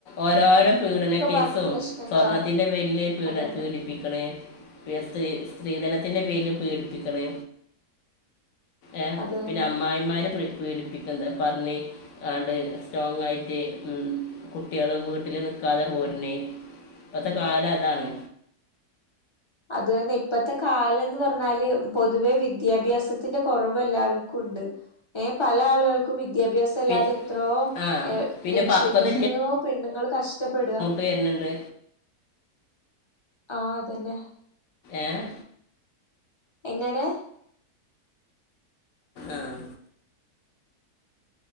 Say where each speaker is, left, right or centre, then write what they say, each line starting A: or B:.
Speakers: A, on the left; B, on the left.
A: ഓരോരോ പീഡനകേസും
B: പറഞ്ഞ പ്രശ്നങ്ങളാ
A: സ്വർണത്തിന്റെ പേരില് പീഡ
B: അതന്നെ
A: പീഡിപ്പി ക്ക്ണ് പിന്നെ സ്ത്രീ സ്ത്രീധനത്തിന്റെ പേരിലും പീഡിപ്പിക്ക്ണ് ഏഹ്
B: അത് തന്നെ
A: പിന്നെ അമ്മായിമാര് പ്രി പീഡിപ്പിക്ക്ന്നത് പർണി ആണ്ട് സ്റ്റോങായിറ്റ് മറ്റ് ഉം കുട്ട്യാള് വീട്ടില് നിക്കാതെ പോര്ന് ഇപ്പത്തെ കാല അതാണ്
B: അത് തന്നെ ഇപ്പത്തെ കാലം ന്ന് പറഞ്ഞാല് പൊതുവേ വിദ്യാഭ്യാസത്തിന്റെ കൊറവ് എല്ലാവർക്കുണ്ട് ഏഹ് പല ആളുകൾക്കും വിദ്യാഭ്യാസ വിദ്യാഭ്യാസല്ലാതെ
A: പി
B: എത്രയോ
A: ആ
B: ഏഹ്
A: പിന്നെ
B: രക്ഷി
A: പക്വത
B: എത്രയോ പെണ്ണുങ്ങള് കഷ്ടപ്പെടാ
A: വെര്ന്ന്ണ്ട്
B: ആഹ് അതെന്നെ
A: ഏഹ്
B: എങ്ങനെ
A: ആഹ്